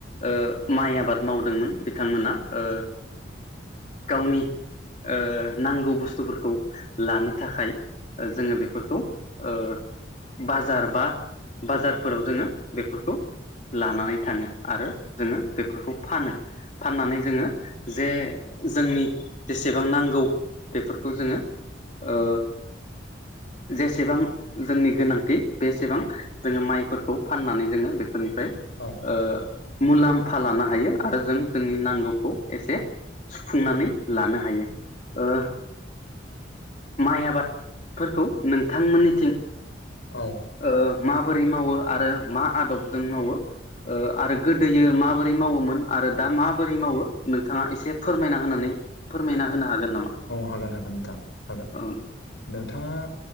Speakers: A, on the left (about 40°); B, on the left (about 75°).
A: ओ माइ आबाद मावदोंमोन बिथांमोना ओ गावनि ओ नांगौ बुस्थुफोरखौ लानो थाखाय ओ जोङो बेफोरखौ ओ बाजार बा बाजारफोराव जोङो बेफोरखौ लानानै थाङो आरो जोङो बेफोरखौ फानो फाननानै जोङो जे जोंनि जेसेबां नांगौ बेफोरखौ जोङो ओ जेसेबां जोंनि गोनांथि बेसेबां जोङो माइफोरखौ फाननानै जोङो बेफोरनिफ्राय
B: औ
A: ओ मुलाम्फा लानो हायो आरो जों जोंनि नांगौखौ एसे सुफुंनानै लानो हायो। ओ माइ आबादफोरखौ नोंथांमोननिथिं
B: औ
A: ओ माबोरै मावो आरो मा आदबजों मावो आरो गोदोयो माबोरै मावोमोन आरो दा माब बोरै मावो नोंथाङा एसे फोरमायना होनानै फोरमायना होनो हागोन नामा
B: हागोन हागोन नोंथां हागोन
A: औ नोंथां
B: नोंथाङा